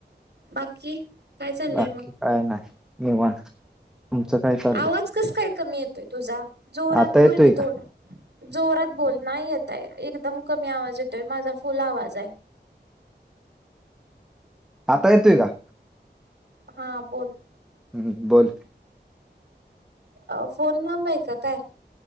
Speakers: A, on the right; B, in the centre.
A: बाकी? काय चाललंय
B: बाकी
A: मग
B: काय नाय, निवांत. तुमचं काय चाललंय
A: आवाज कस, काय कमी येतोय तुझा? जोरात
B: आता
A: बोल
B: येतोय
A: की थोड.
B: का
A: जोरात बोल, नाही येतय, एकदम कमी आवाज येतोय. माझा फुल आवाज हाय.
B: आता येतोय का?
A: हा बोल.
B: हम्म, बोल.
A: अं, फोन लांब हाय का काय?